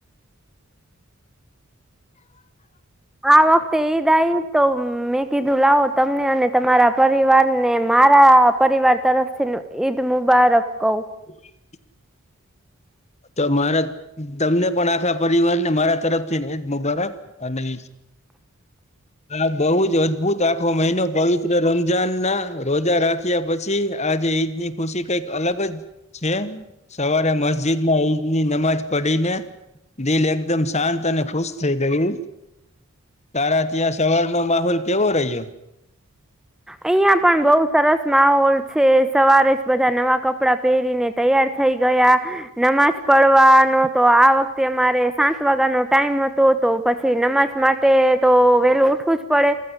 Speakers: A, in the centre; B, on the left (about 30°).
A: હા વક્તેઈદા આઈ તો મેં કીધું લાવો તમને અને તમારા પરિવારને મારા પરિવાર તરફથી ઈદ મુબારક કઇ
B: હમ તો મારા તમને પણ આખા પરિવારને મારા તરફથી ને ઈદ મુબારક અને ન આ બહુ જ અદભુત આખો મહિનો પવિત્ર રમજાનના રોજા રાખ પછી આજે ઈદ ની ખુશી કઈક અલગ જ છે સવારે મસ્જિદ ની નમાજ પડીને દિલ એકદમ શાંત અને ખુશ થઈ ગયું તારા ત્યાં સવાર નો માહોલ કેવો રહ્યો
A: અહિયાં પણ બઉુ સરસ માહોલ છે સવારે જ બધા નવા કપડાં પહેરીને તૈયાર થઈ ગયા નમાજ પડવાનો તો આ વખતે અમારે સાત વાગ્યાનો ટાઈમ હતો તો પછી નમાજ માટે તો વેલું ઉઠવું જ પડે